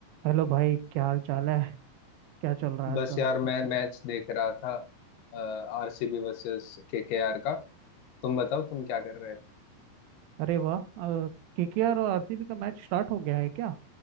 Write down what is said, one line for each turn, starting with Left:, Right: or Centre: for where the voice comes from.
Right: Hello भाई क्या हाल चाल है क्या चल रहा है आजकल
Left: बस यार मैं मैच देख रहा था आरसीबी वर्सेस केकेआर का तुम बताओ तुम क्या कर रहे थे
Right: अरे वाह केकेआर और आरसीबी का मैच स्टार्ट हो गया है क्या